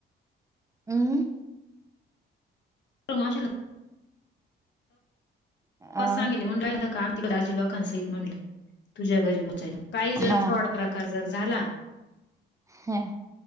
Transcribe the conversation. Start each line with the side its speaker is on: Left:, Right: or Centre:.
Right: हम्म.
Left: प्रमाशल
Right: अ
Left: सांगले म्हणलं का आम आजी लोकांसहित म्हणले तुझ्या घरी म काही जर
Right: हा
Left: फ्रॉड प्रकार जर झाला?
Right: ह्या.